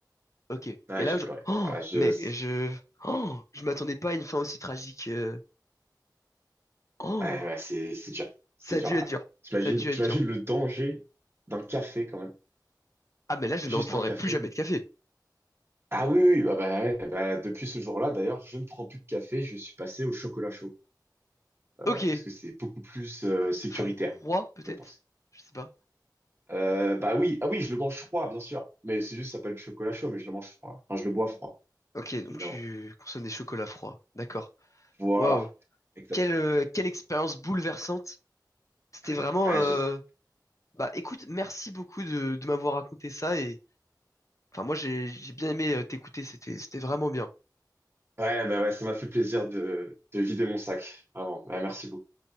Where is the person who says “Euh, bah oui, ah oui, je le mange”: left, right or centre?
Right